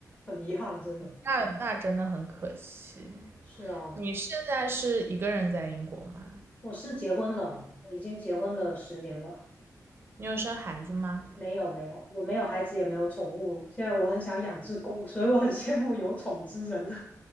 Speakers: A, on the left; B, on the right.
A: 很遗憾，真的。
B: 那那真的很可惜。
A: 是啊，
B: 你现在是一个人在英国吗？
A: 我是结婚了，我已经结婚了十年了。
B: 你有生孩子吗？
A: 没有没有，我没有孩子，也没有宠物。现在我很想养只狗，所以我很羡慕有宠之人。